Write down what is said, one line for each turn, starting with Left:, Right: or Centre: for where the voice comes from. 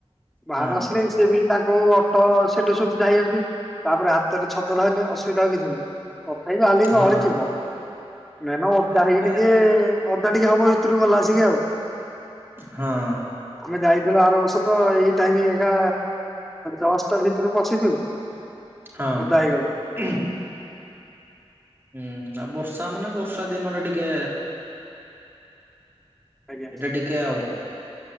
Centre: ବାହାରେ
Right: ହଁ
Centre: ଆସିଲେ
Right: ହଁ
Centre: ସିଏ ବି ତାଙ୍କୁ ଅଟୋ ସେଠୁ ସୁଵିଧା ହେଇଯାଉଚି ତାପରେ ରେ ଛତ ଧଇଲେ ଅସୁବିଧା ଆଉ କିଛି ନାହିଁ ତଥାପି ଯାହା ହା ବିଜେ
Right: ହଁ
Centre: ଗହଳି ଥିବ ମେନ ଓଦା
Right: ଏବେ
Centre: ହେଇକି ଟିକେ ଓଦା ଟିକେ ହବ ଭିତରୁ ଗଲା ଆସିକି ଆଉ।
Right: ହଁ
Centre: ଆମେ ଯାଇଥିଲୁ ଆର ବର୍ଷକୁ ତ ଏଇ ଟାଇମ ଏକା ଜଷ୍ଟ ଭିତରକୁ ପଶିଛୁ।
Right: ହଁ ଉଁ
Centre: ଓଦା ହେଇଗଲୁ।
Right: ହୁଁ ଆଉ ବର୍ଷା ମାନେ ବର୍ଷା ଦିନରେ ଟିକେ
Centre: ଆଜ୍ଞା
Right: ଏଇଟା ଟିକେ ଆଉ